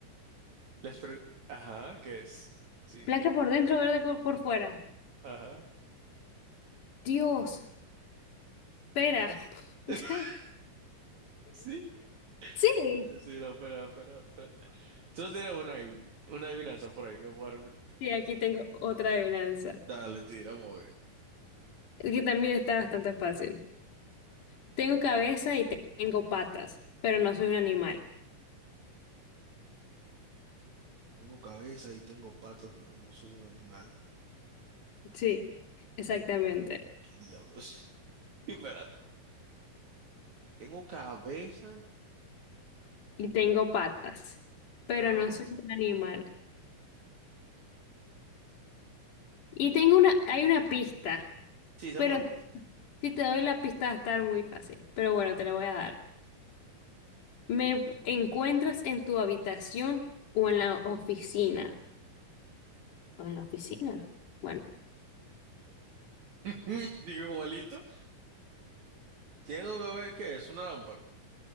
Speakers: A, on the right (about 60°); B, on the left (about 70°).
A: Las pre- Ajá, ¿qué es? Sí.
B: Blanca por dentro, verde co- por fuera.
A: Ajá.
B: Dios, espera.
A: <laughs>
B: <laughs>
A: Sí,
B: Sí.
A: sí, no, espera, espera, espera. Tú tienes una, adiv- una adivinanza por ahí que voy a repetir.
B: Sí, aquí tengo otra adivinanza,
A: Dale, tira, vamos a ver.
B: que también está bastante fácil. Tengo cabeza y te- tengo patas, pero no soy un animal.
A: Tengo cabeza y tengo patas, pero no soy un animal.
B: Sí, exactamente.
A: ¿Qué diablos? <laughs> Espérate. Tengo cabeza,
B: Y tengo patas, pero
A: pero
B: no
A: no.
B: soy un animal. Y tengo una, hay una pista.
A: Sí, dame
B: Pero
A: una pista.
B: si te doy la pista va a estar muy fácil. Pero bueno, te la voy a dar. ¿Me encuentras en tu habitación o en la oficina? ¿O en la oficina? Bueno.
A: <laughs> Digo igualito. Tengo cabeza, ¿qué es? Una lámpara.